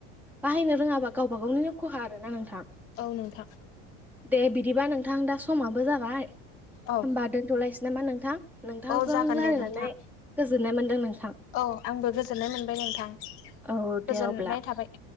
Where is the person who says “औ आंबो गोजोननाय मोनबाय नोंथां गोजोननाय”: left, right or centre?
Left